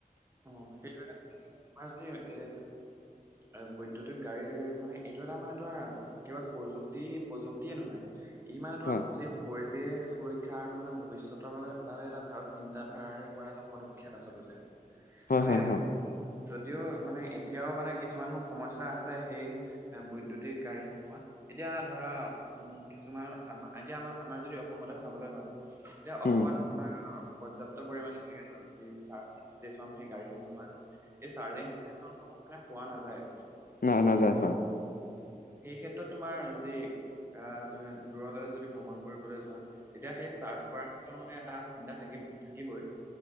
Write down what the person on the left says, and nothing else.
হয়
হয়
হয় হয়
উম
নাই নাযায় হয়।